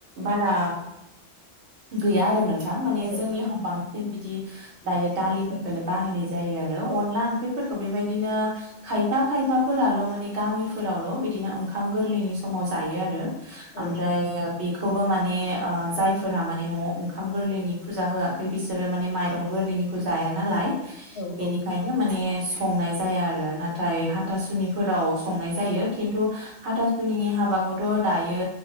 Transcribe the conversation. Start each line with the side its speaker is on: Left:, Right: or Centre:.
Right: बारा गैया आरो नोंथां माने
Left: औ
Right: जोंनियाव बांसिन बिदि दायो दालिफोरफोरखौनो बाहायनाय जायो आरो अनला ओंख्रि फोरखौ बेबायदिनो खायफा खायफाफोराल' माने गामिफोरावल' बिदिनो ओंखाम गोरलैनि समाव जायो आरो ओमफ्राय
Left: औ
Right: बि खौबो माने जायफोरहा माने न'आव ओंखाम गोरलैनि फुजा होआखै बिसोरो माने माइरं गोरलैनिखौ जाया नालाय
Left: औ
Right: बेनिखायदि
Left: औ
Right: माने संनाय जाया आरो नाथाय हाथासुनिफोराव संनाय जायो। खिन्थु हाथासुनि हाबागद थ' दायो